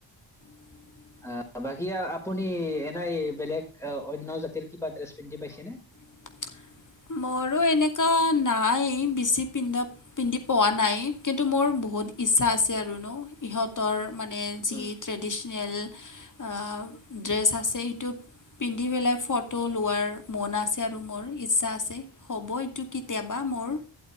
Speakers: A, on the left; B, in the centre.
A: <inaudible>
B: অ', বাকি আপুনি এনেই বেলেগ, অন্য জাতিৰ কিবা ড্ৰেছ পিন্ধি পাইছেনে?
A: <inaudible> মোৰো এনেকুৱা নাই, বেছি পিন্ধা পিন্ধি পোৱা নাই, কিন্তু মোৰ বহুত ইচ্ছা আছে আৰুনো, ইহঁতৰ মানে যি
B: উম
A: ট্ৰেডিচনেল অ', ড্ৰেছ আছে, সেইতো পিন্ধি পেলাই ফট ট' লোৱাৰ মন আছে আৰু মোৰ, ইচ্ছা আছে, হ'ব এইটো কেতিয়াবা মোৰ।